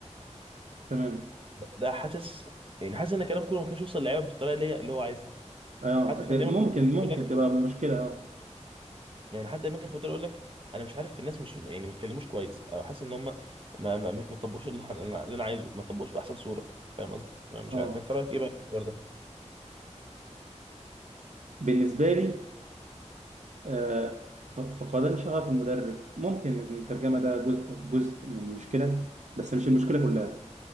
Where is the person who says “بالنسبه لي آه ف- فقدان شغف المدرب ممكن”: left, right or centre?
Right